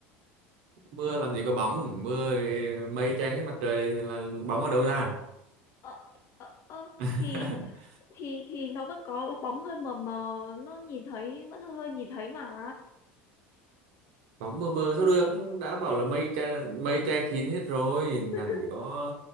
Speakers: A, on the right; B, on the left.
A: mưa làm gì có bóng mưa mây che hết mặt trời là bóng ở đâu ra
B: ờ ờ ờ
A: <laughs>
B: thì thì thì nó vẫn có bóng hơi mờ mờ nó nhìn thấy vẫn hơi hơi nhìn thấy mà
A: bóng mờ mờ sao được đã bảo là mây che mây che kín hết rồi làm
B: <laughs>
A: gì có